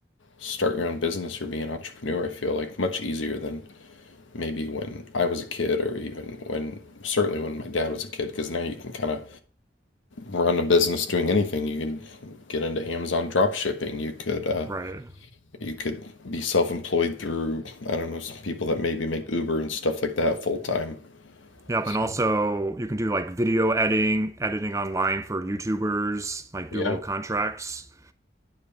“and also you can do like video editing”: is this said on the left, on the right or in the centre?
Right